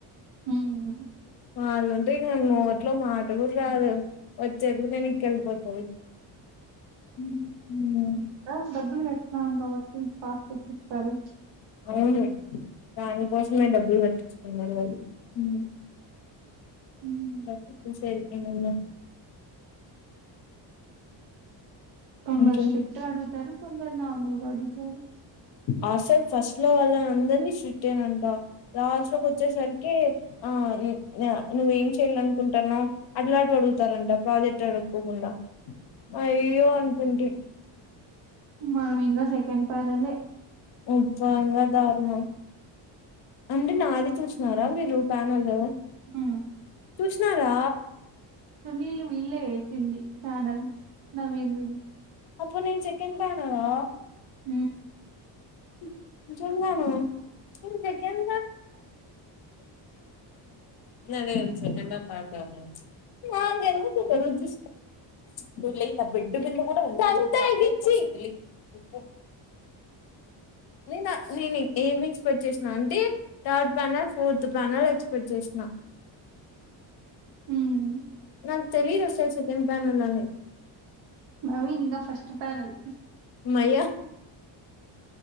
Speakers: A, on the right; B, on the left.
A: హ్మ్
B: వాళ్లంటే నీ నోట్లో మాట కూడా రాదు వచ్చారు నేను ఇంకా వెళ్ళిపోత్ పోయే మ్ మ్మ్
A: ఏం డబ్బులు కట్నాం కాబట్టి పాస్ చెపిస్తారు
B: అవును దానికోసమే డబ్బులు కట్టించుకున్నారు వాళ్ళు <unintelligible>
A: హ్మ్.
B: ఏమన్నా
A: కొందర్
B: ఇంకేం
A: స్ట్రిక్ట్ గ అడుగుతారు కొందరు నార్మల్ గ అడుగుతరు
B: ఆ అస్సల్ ఫస్ట్ లో అలా అందని సిట్ అట్టేనంట రాష కొచ్చేసాను ే ఆ నువ్వేం చెయాలనుకుంటానో అట్లాంటి అడుగుతారంట ప్రాజెక్ట్ అడుక్కోకుండా అ అయ్యో అనుకుంటి.
A: మనం ఇంకా సెకండ్ ప్యానలే
B: ఈ <unintelligible> దారుణం అంటే నాది చూసినారా మీరు ప్యానల్లో
A: ఊ
B: చూసినారా
A: సునీల్ వీళ్ళే వేసింది ప్యానల్ నవీన్ వీళ
B: అప్పుడు నేను సెకండ్ బ్యానర్ ఆ
A: ఊ
B: నేను చెప్పిన అదే కాదు సెకండ్ హా థర్డ్ హా అని నువ్వు లేయి నా బెడ్ మింద కూడా ఉంది లెయి ను పో నేను నేను ఏమి ఎక్స్పెక్ట్ చేసినా అంటే థడ్ పనల్ ఫోర్త్ కొత్త ప్యానెల్ ఎక్స్పెక్ట్ చేసిన
A: ఉమ్.
B: నా తెలిదు అసలు సెకండ్ బ్యానర్ అని
A: నవీన్ ఇంకా ఫస్ట్ ప్యానెల్
B: మయా